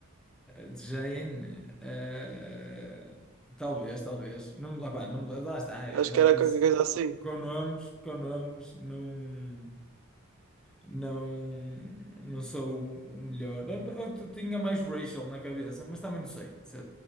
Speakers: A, in the centre; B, on the right.
A: de Jane, ah, talvez, talvez. Não, me- lá, pá, não, me- lá está, eu
B: Acho
A: já
B: que era
A: te
B: qualquer
A: disse.
B: coisa assim.
A: Com nomes, com nomes, não, não, não sou o melhor. Eu, eu t- tinha mais Rachel na cabeça, mas também não sei. Se-